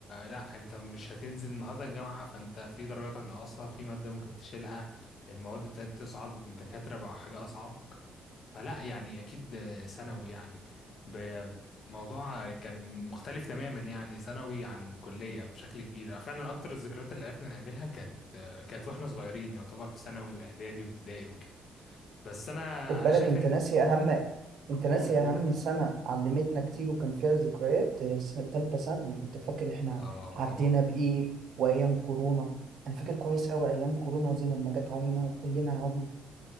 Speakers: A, on the left; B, on the right.
A: لا انت مش هتنزل النهارده الجامعه فانت في درجات ناقصه في ماده ممكن تشيلها المواد ابتدت تصعب الدكاتره بقى حاجه اصعب فلا يعني اكيد ثانوي يعني ب- الموضوع كان مختلف تماما يعني ثانوي عن كليه بشكل كبير فعلا اكتر الذكريات اللي عرفنا نعملها كانت كانت واحنا صغيرين يعتبر في ثانوي واعدادي وابتدائي وكده بس انا
B: خد بالك
A: انا شايف
B: انت
A: ان
B: ناسي اهم انت
A: قول
B: ناسي
A: قول
B: اهم سنة علمتنا كتير وكان فيها ذكريات هي الس- تالتة ثانوي انت فاكر احنا
A: اه
B: عدينا
A: طبعا
B: بايه وايام كورونا انا فاكر كويس اوي ايام كورونا دي لما جت علينا وكلنا قعدنا